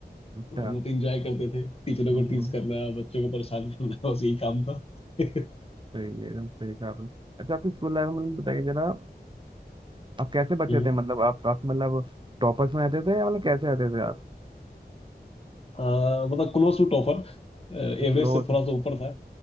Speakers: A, on the right (about 30°); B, on the left (about 35°).
A: अच्छा
B: तो हम लोग तो इंजॉय करते थे टीचरों
A: हम्म
B: को टीज
A: हम्म,
B: करना बच्चों को परेशान करना <laughs> बस यही काम था <laughs>
A: सही है एकदम सही कहा आपने अच्छा आपकी स्कूल लाइफ में बताइए जरा आप कैसे बच्चे
B: हम्म
A: थे मतलब आप आप मतलब टॉपर्स में रहते थे या मतलब कैसे रहते थे आप
B: अह, मतलब क्लोज टू टॉपर एवरेज
A: क्लोज
B: से थोड़ा सा ऊपर था